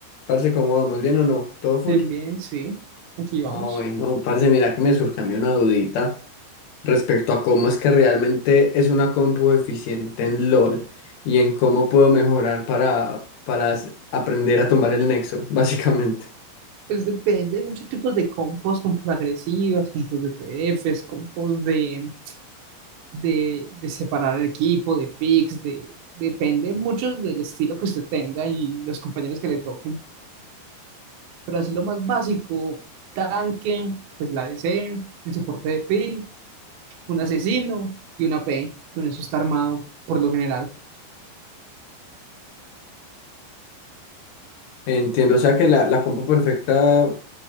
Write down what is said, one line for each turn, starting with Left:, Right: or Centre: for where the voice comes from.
Left: Parce, ¿cómo vamos? ¿Bien o no? ¿Todo full?
Right: Bien, bien, sí. Aquí vamos.
Left: Ah, bueno, parce, mira que me surge a mí una dudita respecto a cómo es que realmente es una compu eficiente en LOL y en cómo puedo mejorar para, para s- aprender a tumbar el nexo, <laughs> básicamente.
Right: Pues depende, hay muchos tipos de compost, compost agresivas, compost de PDFs, compost de, de, de separar el equipo, de picks, de, depende mucho del estilo que usted tenga y los compañeros que le toquen. Pero así lo más básico, tanque, pues la DC, el soporte de pil, un asesino y una P. E. Con eso está armado por lo general.
Left: Entiendo, o sea que la, la compu perfecta